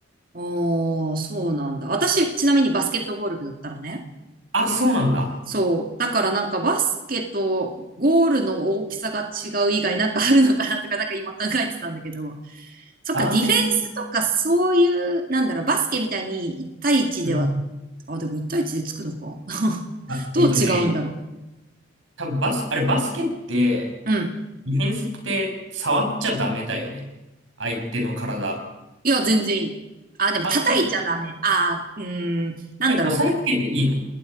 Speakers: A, on the right; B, on the right.
A: おー、そうなんだ。私、ちなみにバスケットボール部だったのね。
B: あ、そうなんだ。
A: そう。だからなんかバスケとゴールの大きさが違う以外なんかあるのかなとかなんか今考えてたんだけど。そっか、
B: ああ。
A: ディフェンスとかそういう、なんだろう、バスケみたいに1対1では、
B: うん。
A: あ、でも1対1でつくのか。<laughs>
B: あ、
A: どう違うんだろ
B: えっとね、多分バス、あれバスケって、
A: う。うん。
B: ディフェンスって触っちゃダメだよね。相手の体。
A: いや、全然いい。あ、でも叩いちゃダメ。
B: あ、いい。
A: あー、うーん、なんだろ
B: あれ、押さえつけていいの